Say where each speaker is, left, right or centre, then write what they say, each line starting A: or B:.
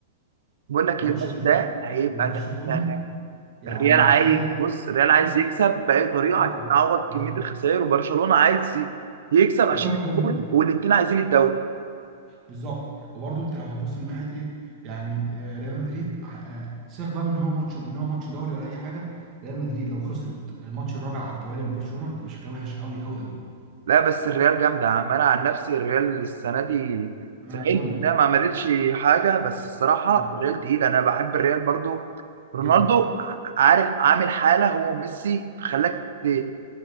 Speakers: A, on the right; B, on the right.
A: بقول لك
B: ماتش
A: ايه الماتش
B: الريال
A: ده هيبقى
B: وبرشلونة
A: ده ده- ده.
B: يعني
A: الريال عايز
B: تخيل
A: بص الريال عايز
B: بص
A: يكسب باي طريقه
B: اه
A: عشان يعوض
B: بالظبط
A: كميه الخسائر وبرشلونه عايز ي- يكسب عشان
B: لصالح
A: الدوري
B: الجمهور
A: والاثنين عايزين الدوري
B: بالظبط وبرده انت لو هتبص من ناحيه ايه يعني آه، ريال مدريد ح- آه، سيبك بقى من ان هو ماتش ان هو ماتش دوري ولا اي حاجه ريال مدريد لو خسرت الماتش الرابع على التوالي من برشلونه تبقى شكلها وحش قوي قوي قوي
A: لا بس الريال جامدة يا عم أنا عن نفسي الريال السنة دي
B: ما
A: زعلت
B: انا بقول لك
A: إنها ما عملتش حاجة بس الصراحة
B: مم.
A: الريال تقيل أنا بحب الريال برضو رونالدو
B: جدا
A: عارف عامل حالة هو وميسي خلاك ت-